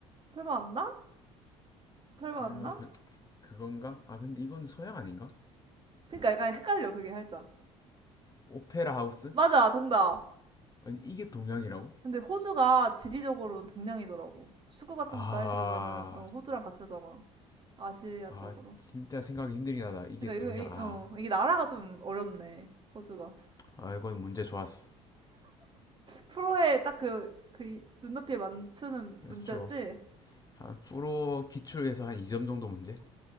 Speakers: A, on the right (about 30°); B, on the left (about 25°).
A: 설마 안 나? 설마
B: 설마
A: 안 나?
B: 그, 그건가? 아, 근데 이건 서양 아닌가?
A: 그러니까 약간 헷갈려, 그게 살짝.
B: 오페라 하우스?
A: 맞아, 정답.
B: 아니, 이게 동양이라고?
A: 근데 호주가 지리적으로는 동양이더라고. 축구 같은
B: 아,
A: 것도 할 때 보면은, 어, 호주랑 같이 하잖아. 아시아
B: 아,
A: 쪽으로.
B: 진짜 생각이 힘들긴 하다. 이게
A: 그러니까
B: 동양,
A: 이거, 이,
B: 아.
A: 어, 이게 나라가 좀 어렵네, 호주가.
B: 아, 이건 문제 좋았어.
A: 프로에 딱 그, 그, 이- 눈높이에 맞추는
B: 그렇죠.
A: 문제였지?
B: 한 프로 기출에서 한 2점 정도 문제?